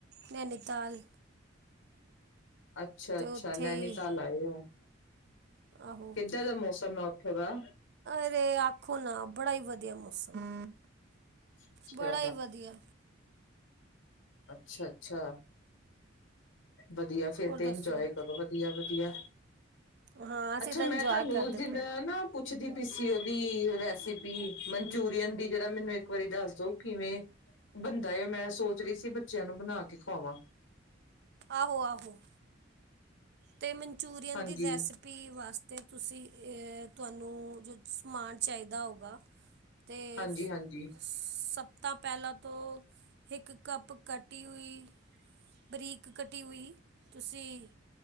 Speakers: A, on the right; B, on the left.
A: ਨੈਨੀਤਾਲ
B: ਅੱਛਾ
A: ਤੇ
B: ਅੱਛਾ,
A: ਉੱਥੇ
B: ਨੈਨੀਤਾਲ
A: ਹੀ
B: ਆਏ ਉਹ
A: ਆਹੋ
B: ਕਿੱਦਾਂ ਦਾ ਮੌਸਮ ਹੈ ਉੱਥੇ ਦਾ
A: ਅਰੇ ਆਖੋ ਨਾ ਬੜਾ ਹੀ ਵਧੀਆ ਮੌਸਮ
B: ਅੱਛਾ,
A: ਬੜਾ ਹੀ ਵਧੀਆ
B: ਅੱਛਾ-ਅੱਛਾ ਵਧੀਆ ਫਿਰ
A: ਹੋਰ
B: ਤੇ
A: ਦੱਸੋ?
B: ਇੰਜੋਏ ਕਰੋ ਵਧੀਆ-ਵਧੀਆ
A: ਹਾਂ ਅਸੀਂ
B: ਅੱਛਾ
A: ਤਾਂ
B: ਮੈਂ
A: ਇੰਜੋਏ
B: ਤੁਹਾਨੂੰ
A: ਕਰਦੇ
B: ਉਸ ਦਿਨ
A: ਪਏ।
B: ਨਾ ਪੁੱਛਦੀ ਪਈ ਸੀ ਉਹਦੀ ਰੈਸਿਪੀ ਮਨਚੂਰੀਅਨ ਦੀ ਜਿਹੜਾ ਮੈਨੂੰ ਇੱਕ ਵਾਰੀ ਦੱਸ ਦੋ ਕਿਵੇਂ ਬੰਦਾ ਮੈਂ ਸੋਚ ਰਹੀ ਸੀ ਬੱਚਿਆਂ ਨੂੰ ਬਣਾ ਕੇ ਖਵਾਵਾਂ
A: ਆਹੋ-ਆਹੋ ਤੇ ਮਨਚੂਰੀਅਨ
B: ਹਾਂਜੀ,
A: ਦੀ ਰੈਸਿਪ ਪੀ ਵਾਸਤੇ ਤੁਸੀਂ ਅ ਤੁਹਾਨੂੰ ਜੋ ਸਮਾਨ ਚਾਹੀਦਾ ਹੋਗਾ ਤੇ
B: ਹਾਂਜੀ-ਹਾਂਜੀ,
A: ਸਭ ਤੋਂ ਪਹਿਲਾਂ ਤੋਂ ਇੱਕ ਕੱਪ ਕਟੀ ਹੋਈ ਬਰੀਕ ਘਟੀ ਹੋਈ ਤੁਸੀਂ